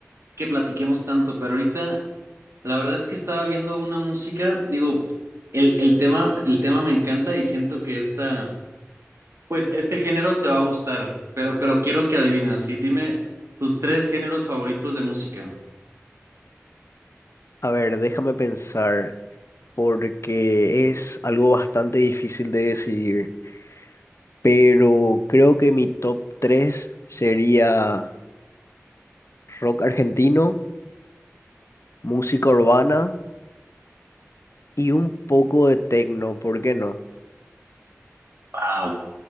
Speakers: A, on the right; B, on the left.
A: que platiquemos tanto, pero ahorita la verdad es que estaba viendo una música, digo, el, el tema, el tema me encanta y siento que esta, pues este género te va a gustar, pero, pero quiero que adivines, sí, dime tus tres géneros favoritos de música.
B: A ver, déjame pensar, porque es algo bastante difícil de decidir, pero creo que mi top 3 sería rock argentino, música urbana y un poco de techno. ¿por qué no?
A: Wow,